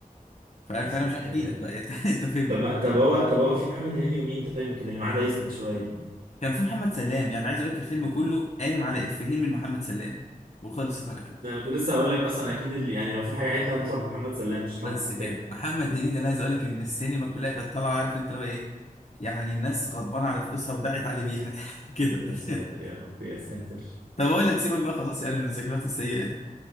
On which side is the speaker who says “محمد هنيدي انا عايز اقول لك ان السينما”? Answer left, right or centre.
Left